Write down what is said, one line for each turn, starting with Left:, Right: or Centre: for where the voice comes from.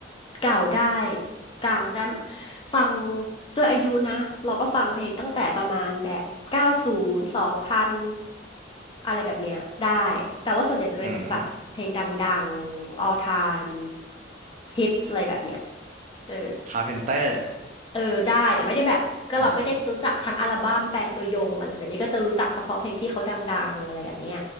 Left: เก่าได้กลางได้ฟังด้วยอายุนะเราก็ฟังเพลงตั้งแต่ประมาณแบบเก้าศูนย์สองพันอะไรแบบเนี้ยได้แต่ว่าส่วนใหญ่จะเป็นแบบเพลงดังๆ
Right: อืม
Left: all time hits อะไรแบบเนี้ยเออ
Right: คาร์เพนเตอร์
Left: เออได้แต่ไม่ได้แบบก็เราไม่ได้รู้จักทั้งอัลบั้มแฟนตัวยงอะไรแบบนี้ก็จะรู้จักเฉพาะเพลงที่เขาดังๆอะไรแบบเนี้ย
Right: อ่า